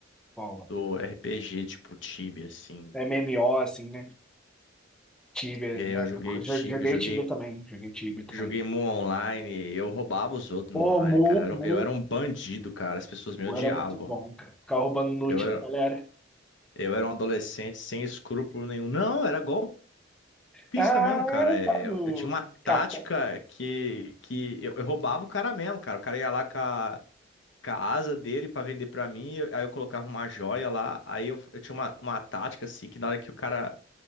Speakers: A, in the centre; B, on the left.
A: Bom,
B: do RPG, tipo Tibia, assim.
A: MMO, assim, né? Tibia.
B: É,
A: na
B: eu
A: época,
B: joguei
A: jo-
B: Tibia,
A: Joguei
B: eu joguei,
A: Tibia também. Joguei Tibia também.
B: joguei Mu Online, eu roubava os outros
A: Pô,
B: no Mu Online,
A: Mu,
B: cara. Eu era,
A: Mu,
B: um, eu era um bandido, cara. As pessoas me
A: Mu
B: odiavam.
A: era muito bom, cara. Ficar roubando loot
B: Eu era,
A: da galera.
B: eu era um adolescente sem escrúpulo nenhum. Não, era golpe. pista
A: Ah,
B: mesmo, cara. É,
A: tá no
B: eu, eu tinha uma tática
A: cartão.
B: que, que eu, eu roubava o cara mesmo, cara. O cara ia lá com a, com a asa dele pra vender pra mim, eu- aí eu colocava uma joia lá. Aí eu, eu tinha uma, uma tática assim, que na hora que o cara